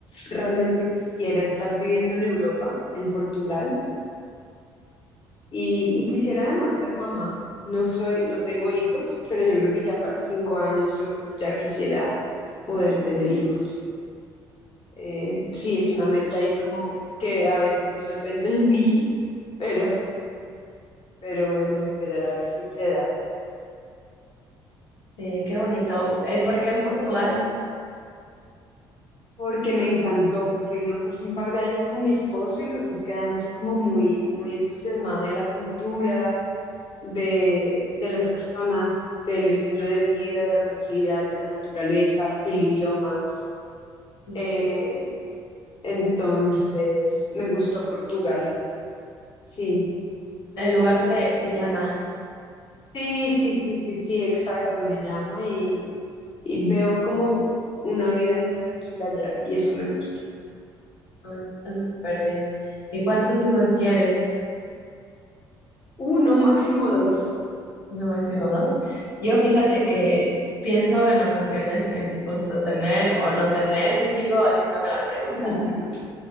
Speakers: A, on the left (about 45°); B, on the left (about 80°).
A: realmente quisiera estar viviendo en Europa, en Portugal. Y, y quisiera además ser mamá. No soy, no tengo hijos, pero yo creo que ya para cinco años yo ya quisiera poder tener hijos. Eh, sí, es una meta ahí como que a veces no depende de mí, <laughs> pero, pero bueno, esperar a ver si se da.
B: Eh, qué bonito. Eh, ¿por qué en Portugal?
A: porque me encantó. Fuimos hace un par de años con mi esposo y los dos quedamos como muy, muy entusiasmados de la cultura, de, de las personas, del estilo de vida, de la tranquilidad, de la naturaleza, del idioma.
B: Mm,
A: Eh, entonces, me gustó Portugal. Sí.
B: El lugar te, te llama.
A: Sí, sí, sí, sí, sí, exacto. Me llama y, y veo como una vida muy tranquila allá y eso me gusta.
B: No, suena súper bien. ¿Y cuántos hijos quieres?
A: Uno, máximo dos.
B: No, máximo dos. Yo fíjate que pienso en ocasiones en justo tener o no tener, sigo haciéndome la pregunta.
A: <laughs>
B: la